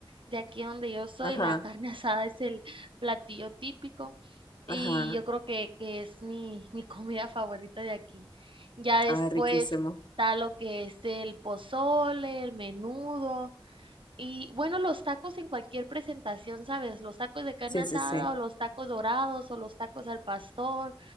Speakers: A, on the right; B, on the left.
A: De aquí donde yo soy,
B: Ajá,
A: la <laughs> carne asada es el platillo típico y
B: ajá.
A: yo creo que, que es mi, mi comida favorita de aquí. Ya después
B: Ah, riquísimo.
A: está lo que es el pozole, el menudo y bueno, los tacos en cualquier presentación, ¿sabes? Los tacos de carne
B: Sí,
A: asada
B: sí, sí.
A: o los tacos dorados o los tacos al pastor